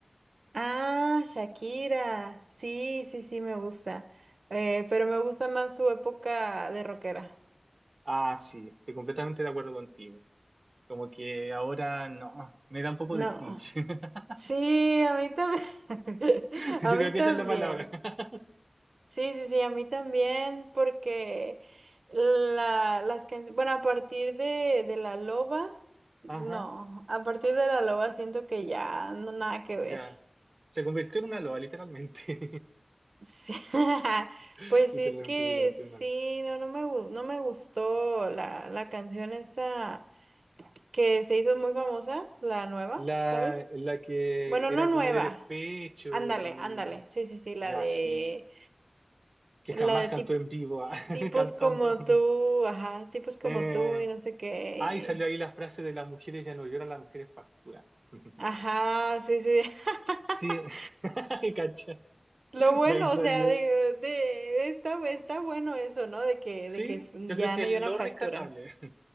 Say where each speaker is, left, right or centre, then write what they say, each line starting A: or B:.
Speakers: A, on the right (about 85°); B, on the right (about 55°).
A: Ah, Shakira. Sí, sí, sí, me gusta. Eh, pero me gusta más su época de rockera.
B: Ah, sí, estoy completamente de acuerdo contigo. Como que ahora no, me da un poco
A: No.
B: de cringe. <laughs>
A: Sí, a mí también. <laughs>
B: Yo
A: A mí
B: creo que
A: también.
B: esa es la palabra. <laughs>
A: Sí, sí, sí, a mí también, porque la, las canciones, bueno, a partir de, de La Loba, no,
B: Ajá,
A: a partir de La Loba siento que ya no nada que ver.
B: ya. Se convirtió en una loa, literalmente.
A: Sí. <laughs>
B: <laughs>
A: Pues
B: Literalmente
A: sí, es que
B: se convirtió en una
A: sí,
B: loa.
A: no, no me, gu- no me gustó la, la canción esta que se hizo muy famosa, la nueva,
B: La,
A: ¿sabes?
B: la que
A: Bueno,
B: era
A: no nueva.
B: como de despecho.
A: Ándale, ándale.
B: y-
A: Sí, sí, sí, la
B: Ya,
A: de...
B: sí. que
A: La
B: jamás
A: de
B: cantó
A: tip-
B: en vivo, ah, <laughs>
A: tipos
B: cantando.
A: como tú, ajá, tipos como
B: Eh,
A: tú y no sé qué.
B: ah, y salió ahí
A: y-
B: la frase de las mujeres ya no lloran, las mujeres facturan. <laughs>
A: Ajá, sí, sí. <laughs>
B: Sí, <laughs> cacha.
A: Lo
B: De
A: bueno,
B: ahí salió.
A: o sea, de, de- está, está bueno eso, ¿no? De que, de
B: Sí,
A: que f-
B: yo
A: ya
B: creo que
A: no
B: lo
A: lloran, facturan.
B: rescatable, <laughs> yo